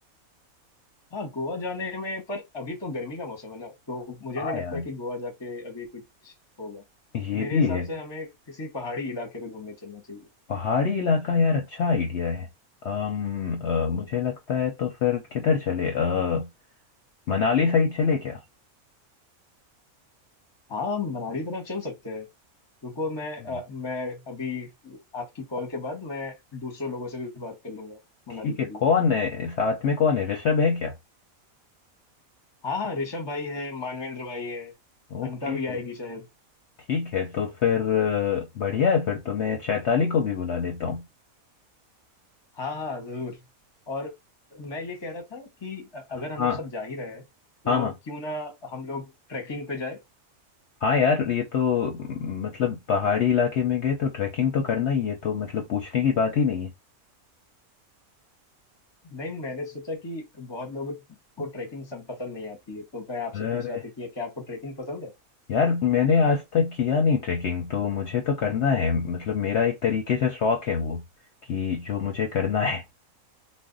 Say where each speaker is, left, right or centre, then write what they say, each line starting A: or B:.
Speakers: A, on the left (about 25°); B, on the left (about 60°).
A: हाँ गोवा जाने में पर अभी तो गर्मी का मौसम है ना तो मुझे
B: हाँ
A: नहीं लगता
B: यार
A: कि गोवा जाके अभी कुछ होगा
B: ये
A: मेरे
B: भी
A: हिसाब
B: है
A: से हमें किसी पहाड़ी इलाके पे घूमने चलना चाहिए
B: पहाड़ी इलाका यार अच्छा आइडिया है अम अ, मुझे लगता है तो फिर किधर चले अ, मनाली साइड चले क्या
A: हाँ हम मनाली तरफ चल सकते हैं रुको मैं
B: हम्म।
A: अ, मैं अभी आपकी कॉल के बाद मैं दूसरे लोगों से भी बात कर लूंगा मनाली
B: ठीक
A: के
B: है
A: लिए
B: कौन है साथ में कौन है ऋषभ है क्या
A: हाँ हाँ ऋषभ भाई है मानवेंद्र भाई है
B: ओके
A: अनका भी आएगी शायद
B: ठीक है तो फिर अ, बढ़िया है फिर तो मैं चैताली को भी बुला लेता हूँ
A: हाँ हाँ जरूर और मैं ये कह रहा था कि अगर
B: हाँ
A: हम लोग सब जा ही रहे हैं तो
B: हाँ हाँ
A: क्यों ना हम लोग ट्रैकिंग पे जाए
B: हाँ यार ये तो म, मतलब पहाड़ी इलाके में गए तो ट्रैकिंग तो करना ही है तो मतलब पूछने की बात ही नहीं है
A: नहीं मैंने सोचा कि बहुत लोगों को ट्रैकिंग सब पसंद नहीं आती है तो मैं आपसे
B: अरे
A: पूछ रहा था कि क्या आपको ट्रैकिंग पसंद है
B: यार मैंने आज तक किया नहीं ट्रेकिंग तो मुझे तो करना है मतलब मेरा एक तरीके से शौक है वो कि जो मुझे करना है